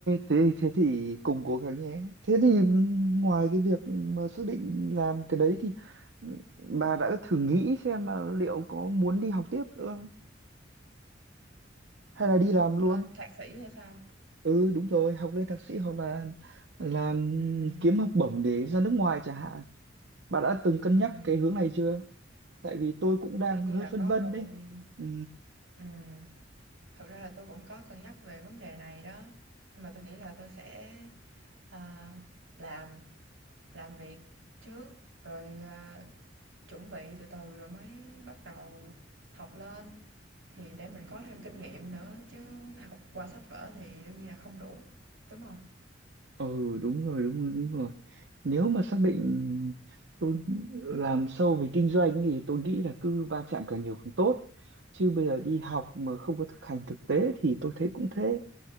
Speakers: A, on the right; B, on the right.
A: thế thế thì cùng cố gắng nhé. Thế thì ngoài cái việc mà xác định làm cái đấy thì ừ, bà đã thử nghĩ xem là liệu có muốn đi học tiếp nữa không? Hay là
B: học
A: đi làm
B: học
A: luôn?
B: lên thạc sĩ hay sao.
A: Ừ đúng rồi, học lên thạc sĩ hoặc là làm
B: Ừm,
A: kiếm học bổng để ra nước ngoài chẳng hạn. Bà đã từng cân
B: ừm.
A: nhắc cái hướng này chưa? Tại vì tôi cũng đang
B: Đương nhiên
A: hơi
B: là
A: phân
B: có
A: vân
B: rồi,
A: đấy. Ừ.
B: ừm, thật ra là tôi cũng có cân nhắc về vấn đề này đó, nhưng mà tôi nghĩ là tôi sẽ, ờ, làm làm việc trước, rồi, à, chuẩn bị từ từ rồi mới bắt đầu học lên, thì để mình có thêm kinh nghiệm nữa, chứ học qua sách vở thì đương nhiên là không đủ, đúng không
A: Ừ đúng rồi đúng rồi đúng rồi nếu mà xác định tôi làm sâu về kinh doanh thì tôi nghĩ là cứ va chạm càng nhiều càng tốt chứ bây giờ đi học mà không có thực hành thực tế thì tôi thấy cũng thế